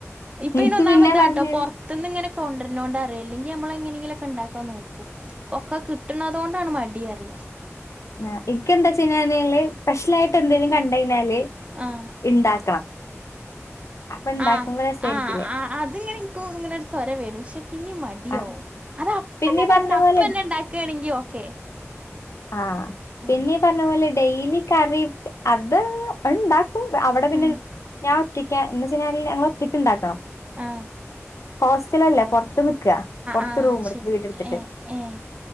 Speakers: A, on the right; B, on the left.
A: ഇപ്പ
B: ഇക്ക്
A: ഇനി ഒന്നാമത്ാട്ടോ
B: പിന്നെ പറഞ്ഞേരാ
A: പുറത്തന്ന്ും ഇങ്ങനെ കൊണ്ടുവരന്നോണ്ട അല്ലെങ്കിൽ നമ്മള എങ്ങനെയെങ്കിലു ഒക്കെ ഉണ്ടാക്കാൻ നോക്ക ഇപൊക്കെ കിട്ടണത കൊണ്ടാണ് മടിന്ന് പറയ
B: ആ ഇക്കെന്താച്ചാനേെ സ്പെഷ്യൽ ആയിട്ട് എന്തേലും കണ്ട കഴിഞ്ഞാല്
A: ആഹ
B: ഇണ്ടാക്കണം. അപ്പൊ ഇണ്ടാക്കുമ്പോ
A: ആഹ്!
B: രസായിരിക്കില്ലേ?
A: ആ് ആ അത്ങ്ങനെ എനിക്കു ഇങ്ങനെ ഒരു ത്വര വരും പക്ഷെ പിന്നീ മടിയവും.
B: ആഹ്
A: അത് അപ്പന്നെ
B: പിന്നെ ഈ
A: കണ്ട
B: പറഞ്ഞ
A: അപ്പന്നെ
B: പോലെ
A: ഉണ്ടാക്കയാണെങ്കി ഓക്കെ.
B: ആഹ
A: ഉം
B: പിന്നീ പറഞ്ഞ പോലെ ഡെയിലി കറി അത് ഉണ്ടാ ക്കും അവിടെ പിന്നെ
A: ഉം
B: ഞാൻ ഒറ്റക്കാ എന്നന്ന് വച്ചാൽ ഞങ്ങൾ ഒറ്റക്ക ഉണ്ടാക്കണം.
A: ആഹ
B: ഹോസ്റ്റല അല്ലേ അപ്പ പുറത്ത് നിക്ക പുറത്ത്
A: ആഹ്
B: റൂ
A: അത് ശരി
B: വീടുത്തിട്ട്
A: ഏഹ് ഏഹ്